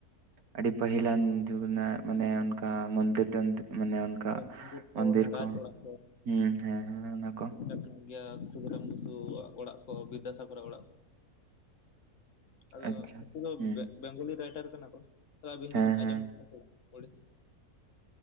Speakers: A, on the right; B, on the left.
A: ᱟᱹᱰᱤ ᱯᱟᱹᱦᱤᱞᱟᱱ ᱡᱩᱜᱽ ᱨᱮᱱᱟᱜ ᱢᱟᱱᱮ ᱚᱱᱠᱟ ᱢᱚᱱᱫᱤᱨ ᱴᱚᱱᱫᱤᱨ ᱢᱟᱱᱮ ᱚᱱᱠᱟ
B: ᱦᱳᱭ
A: ᱢᱚᱱᱫᱤᱨ
B: ᱚᱱᱟ ᱨᱟᱡᱽ
A: ᱠᱚ
B: ᱚᱲᱟᱜ
A: ᱦᱩᱸ ᱦᱮᱸ ᱦᱮᱸ ᱚᱱᱟ ᱠᱚ
B: ᱢᱮᱱᱟᱜ ᱜᱮᱭᱟ ᱠᱷᱩᱫᱤᱨᱟᱢ ᱵᱩᱥᱩ ᱣᱟᱜ ᱚᱲᱟᱜ ᱠᱚ ᱵᱤᱫᱽᱫᱟᱥᱟᱜᱚᱨ ᱟᱜ ᱚᱲᱟᱜ ᱠᱚ᱾ ᱟᱫᱚ
A: ᱟᱪᱪᱷᱟ
B: ᱩᱱᱠᱩ ᱫᱚ
A: ᱦᱩᱸ
B: ᱵᱮᱝᱜᱚᱞᱤ ᱨᱟᱭᱴᱟᱨ ᱠᱟᱱᱟᱠᱚ ᱛᱚ ᱟᱹᱵᱤᱱ ᱫᱚᱵᱤᱱ
A: ᱦᱮᱸ
B: ᱟᱸᱡᱚᱢ
A: ᱦᱮᱸ
B: ᱠᱟᱜ ᱠᱚᱣᱟ ᱥᱮ ᱵᱟᱝ ᱚᱰᱤᱥᱟ